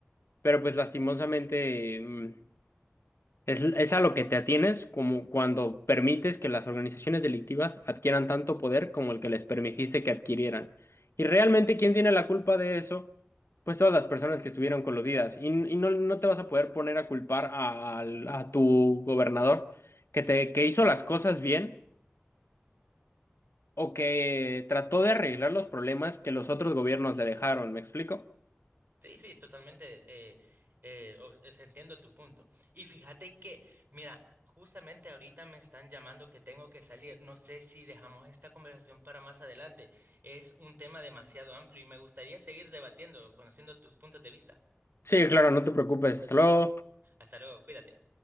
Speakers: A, on the left (about 70°); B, on the right (about 60°).
A: pero pues lastimosamente... mm, Es, es a lo que te atienes como cuando permites que las organizaciones delictivas adquieran tanto poder como el que les permitiste que adquirieran. Y realmente, ¿quién tiene la culpa de eso? Pues todas las personas que estuvieron coludidas. Y, y no, no te vas a poder poner a culpar a, al- a tu gobernador que, te, que hizo las cosas bien o que trató de arreglar los problemas que los otros gobiernos le dejaron. ¿Me explico?
B: Sí, sí, totalmente. eh, eh, o- es- entiendo tu punto. Y fíjate que, mira, justamente ahorita me están llamando que tengo que salir. No sé si dejamos esta conversación para más adelante. Es un tema demasiado amplio y me gustaría seguir debatiendo, conociendo tus puntos de vista.
A: Sí, claro, no te preocupes. Hasta luego.
B: Hasta luego, cuídate.